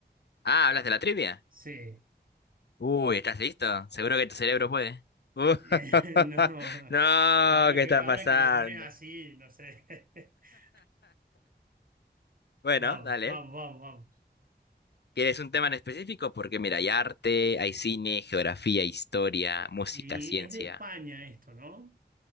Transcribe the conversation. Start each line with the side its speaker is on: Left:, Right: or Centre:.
Left: Ah, ¿hablas de la trivia?
Right: Sí.
Left: Uy, ¿estás listo? Seguro que tu cerebro puede. Uh,
Right: <laughs>
Left: <laughs>
Right: No.
Left: no,
Right: Ahora
Left: ¿qué
Right: que,
Left: está
Right: ahora
Left: pasando?
Right: que lo pones así, no sé. <laughs>
Left: Bueno,
Right: Vamos,
Left: dale.
Right: vamos, vamos, vamos.
Left: ¿Quieres un tema en específico? Porque mira, hay arte, hay cine, geografía, historia, música,
Right: Y
Left: ciencia.
Right: es de España esto, ¿no?